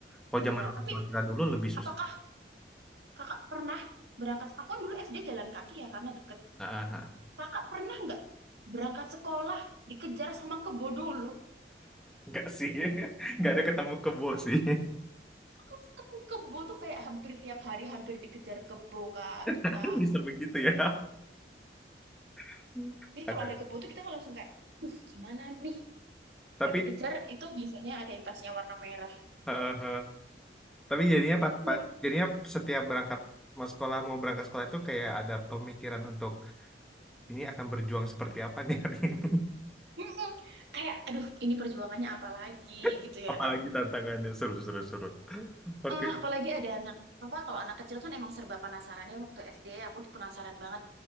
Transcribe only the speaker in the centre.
Kalau
zaman orang
tua kita dulu lebih susah.
Ah, ah.
nggak sih, <laughs> nggak ada ketemu kebo sih.
<laughs> Bisa begitu ya. <laughs>
Ada.
Tapi
<laughs> Tapi jadinya pas,
pa- jadinya setiap berangkat mau sekolah mau berangkat sekolah itu kayak ada pemikiran untuk ini akan berjuang seperti apa nih hari ini.
<laughs>
Apalagi
tantangannya seru seru seru. Oke.